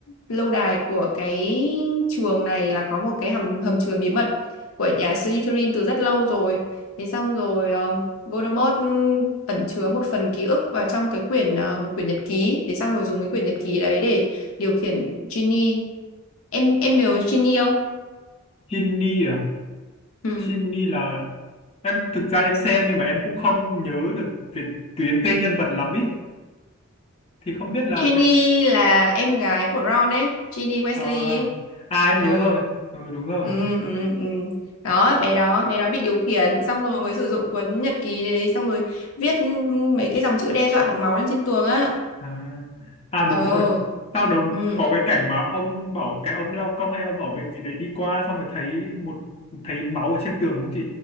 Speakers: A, on the left (about 75°); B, on the left (about 30°).
A: lâu đài của cái trường này là có một cái hầm hầm chứa bí mật của nhà Slytherin từ rất lâu rồi. Thế xong rồi ờ, Voldemort ừ, ẩn chứa một phần ký ức vào trong cái quyển ờ, một quyển nhật ký. Thế xong rồi dùng cái quyển nhật ký đấy để điều khiển Ginny. Em em nhớ Ginny không?
B: Ginny à?
A: Ừ.
B: Ginny là em thực ra em xem nhưng mà em cũng không nhớ được cái tuyến tên nhân vật lắm ý thì không biết là
A: Ginny
B: cái...
A: là em gái của Ron ấy, Ginny Weasley
B: à,
A: ấy.
B: à em
A: Ờ.
B: nhớ rồi ừ, đúng rồi
A: Ừ, ừ, ừ. Đó, bé đó, bé đó bị điều khiển xong rồi mới sử dụng cuốn nhật ký đấy xong rồi viết ừ, mấy cái dòng chữ đe dọa bằng máu lên trên tường á.
B: à, à đúng
A: Ờ.
B: rồi sau đó
A: Ừ.
B: có cái cảnh mà ông bảo cái ông lao công hay ông bảo vệ gì đấy đi qua xong rồi thấy một thấy máu ở trên tường đúng không chị